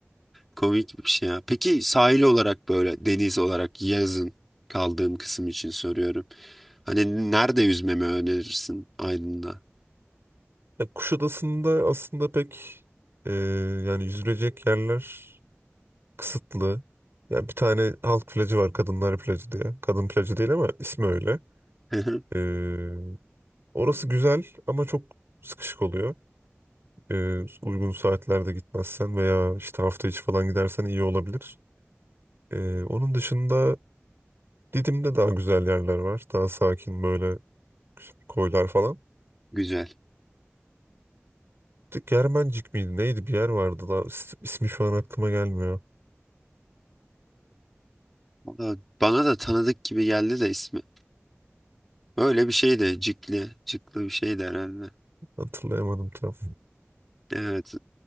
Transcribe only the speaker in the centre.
Komik bir şey ya. Peki sahil olarak böyle deniz olarak yazın kaldığım kısım için soruyorum. Hani nerede yüzmemi önerirsin Aydın'da?
<laughs>
Güzel.
Valla Bana da tanıdık gibi geldi de ismi. Öyle bir şey de Cikli, Cikli bir şey de herhalde.
Evet